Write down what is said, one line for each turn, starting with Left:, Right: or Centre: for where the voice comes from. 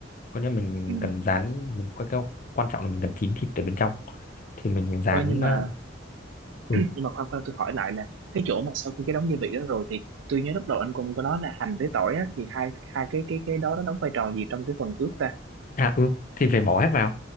Left: có nghĩa mình
Right: ừ
Left: cần rán mình quan quan trọng là mình cần chín thịt ở bên trong thì mình rán
Right: thôi nhưng mà
Left: ờ, ừ,
Right: nhưng mà khoan khoan tôi hỏi lại là cái chỗ mà sau khi cái đóng gia vị đó rồi thì tôi nhớ lúc đầu anh cũng có nói là hành với tỏi á thì hai hai cái cái cái đó nó đóng vai trò gì trong cái phần ướp ta
Left: à ừ thì phải bỏ hết vào